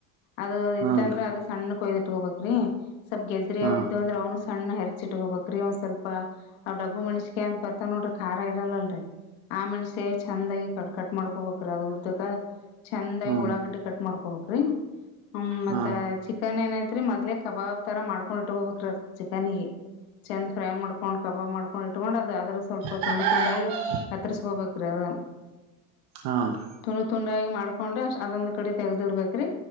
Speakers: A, on the left; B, on the right.
A: ಅದು ಇತ್ತಂದ್ರೆ
B: ಹನ್
A: ಅದು ಸಣ್ಣ ಕೊಯಿದು ಗೋಬೇಕ್ರೀ ಸ್ವಲ್ಪ್ ಗೆಜ್ರರಿ
B: ಹಾ
A: ಯಾವಿದ್ದು
B: ಹ್ಮ
A: ಅಂದ್ರೆ ಅವನು ಸಣ್ಣ ಹರಿಸಚಿಟ್ಟ ಬಕ್ರಿ ಒಂದ್ ಸ್ವಲ್ಪ ಅವ ಡಬ್ಬು ಮೆಣಸಿನ ಕಾಯಿ ಅಂತ ಬರ್ತಾವ ನೋಡ್ರಿ ಖಾರ ಇರಲ್ರಿ. ಆ ಮೆಣ್ಸೆ ಚಂದಾಗಿ ಕ ಕಟ್ ಮಾಡ್ಕೊಬೇಕ್ರ ಅದು ಉದ್ದಕ್ಕ ಚೆಂದಾಗಿ
B: ಹ್ಮ
A: ಉಳಾಗಡ್ಡಿ ಕಟ್ ಮಾಡ್ಕೋಬೇಕ್ರೀ ಹ್ಮ್ ಮತೆ
B: ಹ್ಮ
A: ಚಿಕನ್ ಏನ ಮದ್ಲೆ ಕಬಾಬ್ ತರ ಮಾಡ್ಕೊಂಡ್ ಇಟ್ಕೋಬೇಕ್ರ ಅದ ಚಿಕನ್ಗೆ ಚಂದ್ ಫ್ರೈ ಮಾಡ್ಕೊಂಡ್ ಕಬಾಬ್ ಮಾಡ್ಕೊಂಡ. ಕೊಂಡ್ ಇಟ್ಕೊಂಡ್ ಅದು ಅದ್ರ ಸ್ವಲ್ಪ
B: ಹ್ಮ
A: ತುಂಡು ತುಂಡಾಗಿ ಕತ್ತರ್ಸ್ಕೋಬೇಕ್ರಿ ಅದ್ನ್
B: ಹಾನ್ರಿ
A: ತುಂಡಾಗಿ ಮಾಡ್ಕೊಂಡು ಅದೊಂದ್ ಕಡಿ ತೆಗ್ದಿಡ್ಬೇಕ್ರಿ